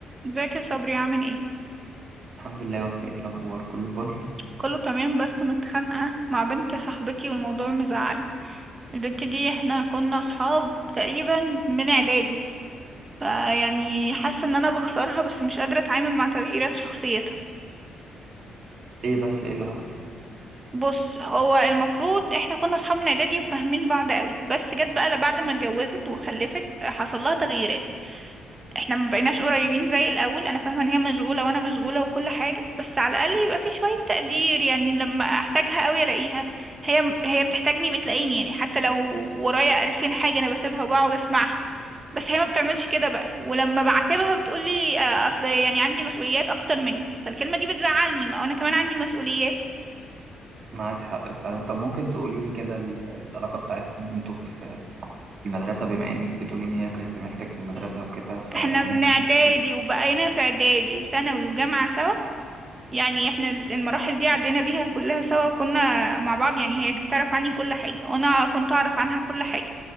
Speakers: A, on the right (about 20°); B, on the right (about 40°).
A: ازيك يا صبري عامل ايه
B: الحمد لله يا وفاء ايه الاخبار كله فل
A: كله تمام بس متخانقه مع بنت صاحبتي والموضوع مزعلني البنت دي احنا كنا اصحاب تقريبا من اعدادي فيعني حاسه ان انا بخسرها بس مش قادره اتعامل مع تغييرات شخصيتها
B: ايه بس ايه اللي حصل
A: بص هو المفروض احنا كنا اصحاب من اعدادي وفاهمين بعض قوي بس جت بقى بعد ما اتجوزت وخلفت حصل لها تغييرات احنا ما بقيناش قريبين زي الاول انا فاهمه ان هي مشغوله وانا مشغوله وكل حاجه بس على الاقل يبقى في شويه تقدير يعني لما احتاجها قوي الاقيها هي هي بتحتاجني بتلاقيني يعني حتى لو ورايا الفين حاجه انا بسيبها وبقعد اسمعها بس هي ما بتعملش كده بقى ولما بعاتبها بتقولي آه، اصل يعني عندي مسؤوليات اكتر منك فالكلمه دي بتزعلني ما انا كمان عندي مسؤوليات
B: معاك حق فعلا طب ممكن تقولي لي كده ال- العلاقه بتاعتكم وانتوا في المدرسه بما انك بتقولي ان هي كانت زميلتك في المدرسه وكده فممكن
A: احنا من اعدادي
B: تقولي لي
A: وبقينا في اعدادي وثانوي وجامعه سوا يعني احنا المراحل دي عدينا بيها كلها سوا وكنا مع بعض يعني هي كانت تعرف عني كل حاجة وانا كنت اعرف عنها كل حاجة